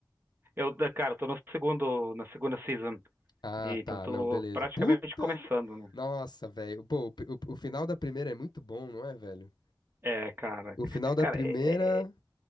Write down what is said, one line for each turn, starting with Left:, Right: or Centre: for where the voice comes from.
Right: Eu, da- cara, eu tô no segundo, na segunda season,
Left: Ah,
Right: e
Left: tá,
Right: então tô
Left: não, beleza.
Right: praticamente
Left: Puta!
Right: começando,
Left: ma-
Right: né?
Left: Nossa, velho. Pô, o, o o final da primeira é muito bom, não é, velho?
Right: É, cara.
Left: O final da
Right: Cara,
Left: primeira.
Right: é, é-